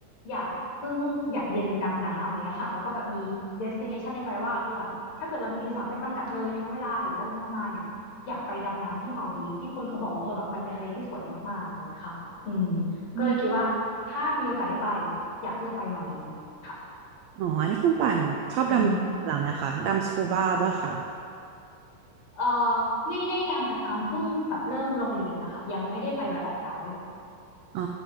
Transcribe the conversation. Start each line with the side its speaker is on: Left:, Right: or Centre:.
Left: อยากเพิ่งอยากเรียนดำน้ำอะไรเงี้ยค่ะแล้วก็แบบมีเดสติเนชันในใจว่าเออแบบถ้าเกิดเรามีรีสอร์ทไม่จำกัดเลยทั้งเวลาหรือว่างบประมาณเนี่ยอยากไปดำน้ำที่มาลดีฟที่คนเขาบอกว่าเออแบบมันเป็นทะเลที่สวยมากๆอะไรเงี้ยค่ะอืม
Right: อม
Left: ก็เลยคิดว่าถ้ามีโอกาสได้ไปอยากเลือกไปมาลดีฟส์ค่ะ
Right: อ๋ออันนี้คุณป่านชอบดำน้ำเหรอไหมคะดำสกูบ้าป่ะคะ
Left: อืมเอ่อไม่ได้ดำประจำเพิ่งแบบเริ่มโรงเรียนนะคะยังไม่ได้ไปแบบออกไดฟ์
Right: อ๋อ